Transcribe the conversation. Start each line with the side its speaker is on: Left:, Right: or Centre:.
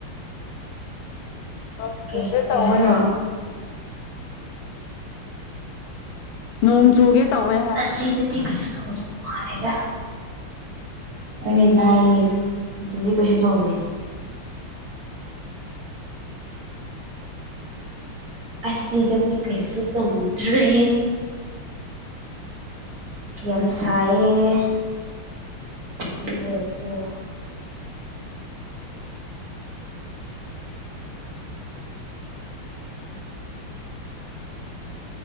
Left: ꯅꯣꯡ
Right: ꯀꯩ
Left: ꯆꯨꯒꯦ
Right: ꯀꯩ
Left: ꯇꯧꯋꯦ
Right: ꯍꯥꯏꯅꯣ
Left: ꯅꯣꯡ ꯆꯨꯒꯦ ꯇꯧꯋꯦ ꯍꯥꯏꯕ
Right: ꯑꯁꯤꯗꯗꯤ ꯀꯩꯁꯨ <unintelligible> ꯃꯥꯟꯂꯦꯗꯥ ꯍꯣꯏꯃꯦ ꯇꯥꯏꯃꯦ ꯑꯁꯤꯗꯤ ꯀꯩꯁꯨ ꯇꯧꯗꯦ ꯑꯁꯤꯗꯗꯤ ꯀꯩꯁꯨ ꯇꯧꯗ꯭ꯔꯦ ꯌꯥꯝ ꯁꯥꯏꯌꯦ <unintelligible>